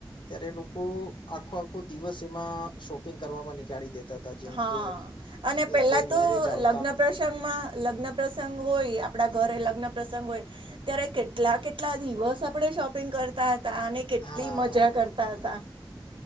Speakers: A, on the left; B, on the right.
A: ત્યારે લોકો આખો આખો દિવસ એમાં શોપિંગ કરવામાં નીકાળી દેતા. જેમ
B: હા
A: કે,
B: અને પહેલા
A: કોઈ
B: તો
A: મેરેજ આવ
B: લગ્ન પ્રસંગમાં લગ્ન પ્રસંગ હોય આપડા ઘરે લગ્ન પ્રસંગ હોય. ત્યારે કેટલા કેટલા દિવસ આપણે શોપિંગ કરતા- તને કેટલી
A: હા
B: મજા કરતા હતા.